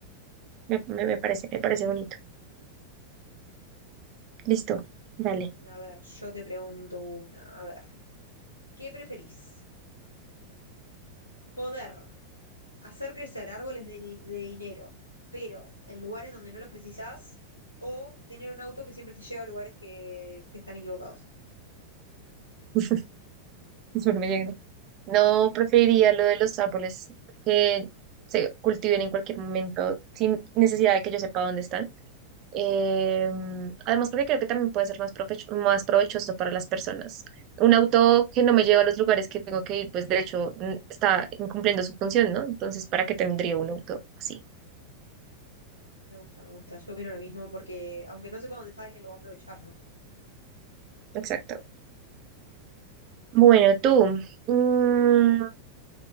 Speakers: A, on the right; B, on the left.
A: me, me- me parece, me parece bonito. Listo, dale.
B: Mm, A ver, yo te pregunto una. A ver, ¿qué preferís? ¿Poder hacer crecer árboles de, di- de dinero, pero en lugares donde no los precisás? ¿O tener un auto que siempre te lleva a lugares que, que están equivocados?
A: <laughs> Espero me lleguen. No preferiría lo de los árboles que se cultiven en cualquier momento sin necesidad de que yo sepa dónde están. Eh, además, porque creo que también puede ser más provecho- más provechoso para las personas. Un auto que no me lleva a los lugares que tengo que ir, pues de hecho n- está incumpliendo su función, ¿no? Entonces, ¿para qué tendría un auto así?
B: Me gusta, me gusta. Yo opino lo mismo porque aunque no sepa dónde está, alguien lo va a aprovechar, ¿no?
A: Exacto. Bueno, tú, mm,